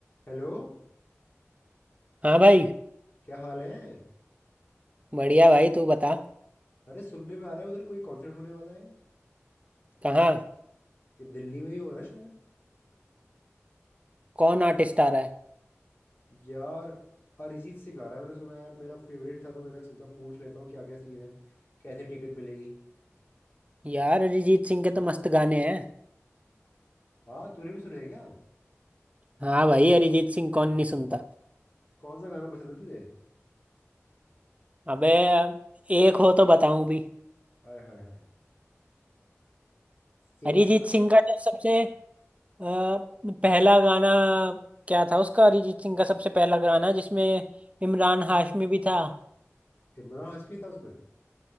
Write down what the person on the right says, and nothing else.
हाँ भाई
बढ़िया भाई तू बता
कहाँ
कौन आर्टिस्ट आ रहा है
यार अरिजीत सिंह के तो मस्त गाने हैं
हाँ भाई अरिजीत सिंह कौन नहीं सुनता
अबे एक हो तो बताऊं भी
अरिजीत सिंह का जो सबसे अ, पहला गाना क्या था उसका अरिजीत सिंह का सबसे पहला गाना जिसमें इमरान हाशमी भी था